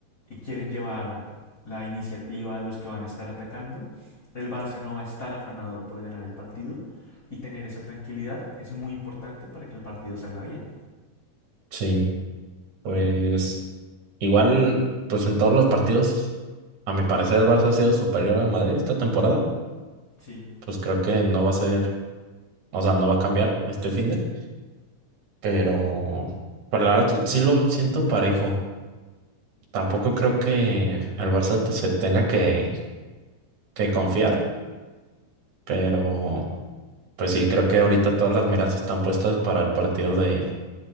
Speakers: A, on the left; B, on the right.
A: quieren llevar la iniciativa, los que van a estar atacando, el Barça no va a estar afanado por ganar el partido y tener esa tranquilidad es muy importante para que el partido salga bien.
B: Sí, pues igual, pues en todos los partidos, a mi parecer el Barça ha sido superior al Madrid esta temporada.
A: Sí,
B: Pues creo que no va a ser, o sea, no va a cambiar este finde, pero pues la verdad sí lo siento parejo. Tampoco creo que el Barça te- se tenga que, que confiar, pero pues sí, creo que ahorita todas las miras están puestas para el partido de,